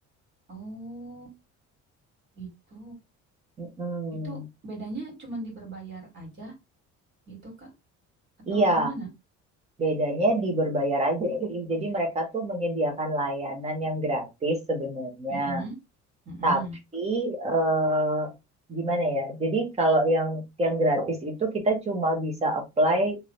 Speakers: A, on the right; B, on the right.
A: Oh, gitu.
B: Mm-mm.
A: Itu bedanya cuma di berbayar aja gitu, Kak? Atau
B: Iya,
A: gimana?
B: bedanya di berbayar aja. Jadi mereka tuh menyediakan layanan yang gratis sebenarnya.
A: Mm-mm. Mm-mm.
B: Tapi eh, gimana ya? Jadi kalau yang yang gratis itu kita cuma bisa apply